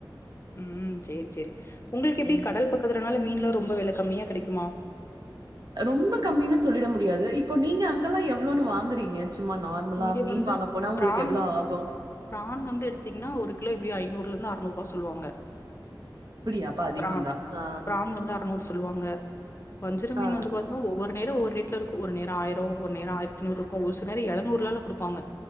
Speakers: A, on the left; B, on the right.
A: ம் சேரி சேரி உங்களுக்கு எப்டி
B: ம்
A: கடல் பக் க்கத்துலனால மீன்லா ரொம்ப வெல கம்மியா கெடைக்குமா
B: ரொம்ப கம்மினு சொல்லிட முடியாது இப்போ நீங்க அங்கலா எவ்ளோன்னு வாங்குறீங்க சும்மா நார்மலா
A: இங்க
B: மீன்
A: வந்து
B: வாங்க போனா உங்களுக்கு
A: பிரான்
B: எவ்ளோ ஆகு
A: பிரான் வந்து எடுத்தீங்னா ஒரு கிலோ எப்டியு ஐநூறுல இருந்து அறநூறுவா சொல்லுவாங்க
B: அப்டியா அப்ப அதிகந்தா.
A: பிரான்
B: ஆ
A: பிரான் வந்து அறநூறு சொல்லுவாங்க வஞ்சர மீனு
B: ஆ
A: வந்து பாத்தா ஒவ்வொரு நேர ஒவ்வொரு ரேட்ல இருக்கு ஒரு நேர ஆயரோ ஒரு நேர ஆயிரத்தி நூறு இருக்கு ஒரு சில நேர எழநூறு ரூவால குடுப்பாங்க